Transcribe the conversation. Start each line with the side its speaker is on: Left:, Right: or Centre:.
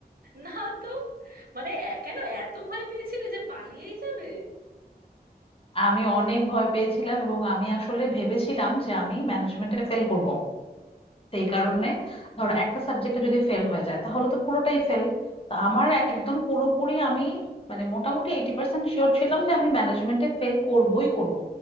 Right: না তো মানে এ- কেন এত ভয় পেয়েছিলে যে পালিয়েই যাবে
Left: আমি অনেক ভয় পেয়েছিলাম এবং আমি আসলে ভেবেছিলাম যে আমি ম্যানেজমেন্টে ফেল করব সেই কারণে ধরো একটা সাবজেক্টে যদি ফেল হয়ে যায় তাহলে তো পুরোটাই ফেল তো আমার একদম পুরোপুরি আমি মানে মোটামুটি এইটি পার্সেন্ট শিওর ছিলাম যে আমি ম্যানেজমেন্টে ফেল করবই করব